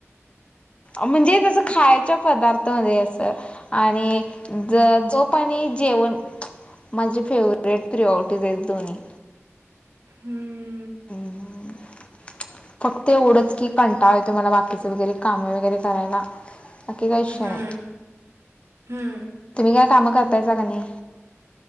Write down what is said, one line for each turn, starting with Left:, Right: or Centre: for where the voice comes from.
Left: म्हणजे तसं खायच्या पदार्थ हवे असं आणि ज झोप आणि जेवण माझी फेवरेट प्रिओरिटीज आहेत दोन्ही.
Right: हम्म.
Left: हम्म. फक्त एवढंच की कंटाळ येतो मला बाकीचं वगैरे कामं वगैरे करायला. बाकी काय इच्छण
Right: हम्म
Left: आहे,
Right: हम्म
Left: तुम्ही काय काम करतायसा का नाही?